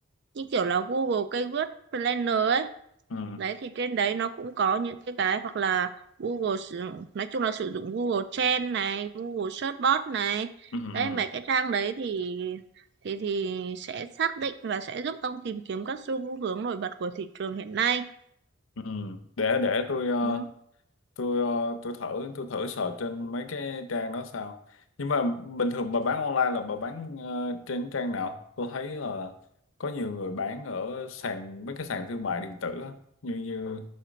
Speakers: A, on the right (about 55°); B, on the left (about 80°).
A: như kiểu là Google Keyword Planner ấy
B: ừ ừ
A: đấy thì trên đấy nó cũng có những cái cái hoặc là Google sử nói chung là sử dụng Google Trend này Google Search Bot này
B: ừ ừ,
A: đấy mấy cái trang đấy thì thì thì sẽ xác định và sẽ giúp ông tìm kiếm các xu hướng nổi bật của thị trường hiện nay
B: ừ. ừ. Để để tôi ờ,
A: ừ.
B: tôi ờ, tôi thử tôi thử search trên mấy cái trang đó sao nhưng mà bình thường bà bán online là bà bán ờ, trên trang nào tôi thấy là có nhiều người bán ở sàn mấy cái sàn thương mại điện tử á, như như